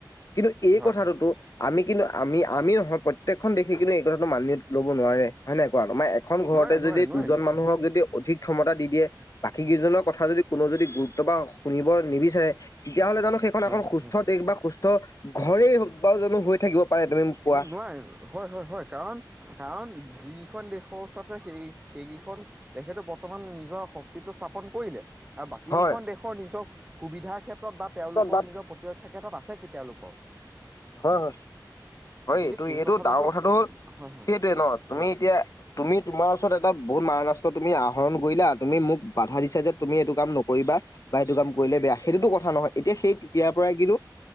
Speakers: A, on the left (about 45°); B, on the right (about 15°).
A: কিন্তু এই
B: হয়
A: কথাটোতো
B: হয়
A: আমি কিন্তু আমি-আমি নহয়, প্ৰত্যেকখন দেশে কিন্তু এই কথাটো মানি লব নোৱাৰে হয় নাই কোৱা মা এখন ঘৰতে
B: নোৱাৰে নোৱাৰে
A: যদি
B: নোৱাৰি
A: দুজন মানুহক যদি অধিক ক্ষমতা দি দিয়ে, বাকী কেইজনৰ কথা যদি কোনৱে যদি গুৰুত্ব বা শুনিব নিবিচাৰে তেতিয়া হ'লে জানো সেইখন
B: হয়
A: এখন সুস্থ
B: হয়
A: দেশ বা সুস্থ ঘৰেই বাক জানো হৈ থাকিব পাৰে তুমি মোক কোৱা
B: উম, নোৱীৰে। হয়, হয়, হয়, কাৰণ কাৰণ যিখন দেশৰ ওচৰত আছে সেই সেইকেইখন তেখেতো বৰ্তমান নিজৰ শক্তিটো স্থাপন কৰিলে। আৰু বাকীখন
A: হয়
B: দেশৰ নিজৰ সুবিধাৰ ক্ষেত্ৰত বা তেওঁলোকৰ
A: হয়
B: নিজৰ প্ৰতি <unintelligible> আছে কি তেওঁলোকৰ?
A: হয়, হয়। হয়,
B: গতিকে
A: এইটো
B: সেই
A: এইটো
B: কথাটোতো
A: ডাঙৰ কথাটো হ'ল
B: হয় হয়
A: সেইটোৱে নহ তুমি
B: হয়
A: এতিয়া তুমি তোমাৰ ওচৰত এটা বহুত মাৰনাস্ত্ৰ তুমি আহৰণ কৰিলা, তুমি মোক বাধা দিছা যে তুমি এইটো কাম নকৰিবা। বা সেইটো কাম কৰিলে বেয়া, সেইটোতো কথা নহয় এতিয়া সেই তেতিয়াৰ পৰাই কিন্তু